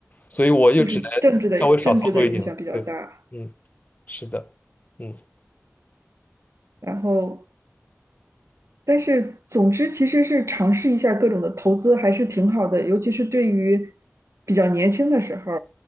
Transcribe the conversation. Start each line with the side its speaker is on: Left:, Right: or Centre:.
Left: 所以我就只能稍微少操作一点了。
Right: 就是政治的政治的影响比较大，
Left: 对，嗯，是的，嗯，
Right: 然后但是，总之其实是尝试一下各种的投资还是挺好的，尤其是对于比较年轻的时候，